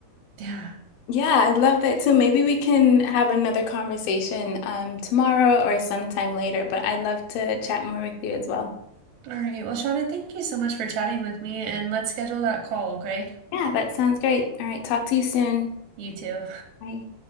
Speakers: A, on the right; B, on the left.
A: yeah.
B: yeah, I love that too. Maybe we can have another conversation um tomorrow or sometime later, but I'd love to chat more with you as well.
A: All right. Well, Shauna, thank you so much for chatting with me, and let's schedule that call, okay?
B: Yeah, that sounds great. All right, talk to you soon.
A: You too.
B: Bye.